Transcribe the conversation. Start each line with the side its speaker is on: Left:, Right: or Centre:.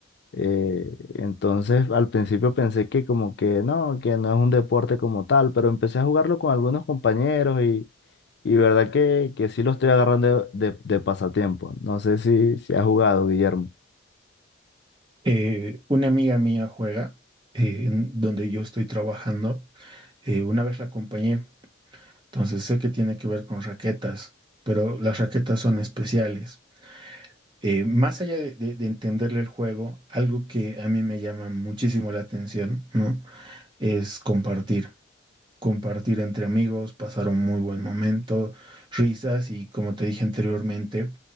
Left: Eh, entonces, al principio pensé que como que no, que no es un deporte como tal, pero empecé a jugarlo con algunos compañeros y, y verdad que, que sí lo estoy agarrando de, de- de pasatiempo. No sé si, si has jugado, Guillermo.
Right: Eh, una amiga mía juega, eh, en donde yo estoy trabajando. Eh, una vez la acompañé, entonces sé que tiene que ver con raquetas, pero las raquetas son especiales. eh, más allá de, de- de entenderle el juego, algo que a mí me llama muchísimo la atención, ¿no? Es compartir, compartir entre amigos, pasar un muy buen momento, risas y como te dije anteriormente,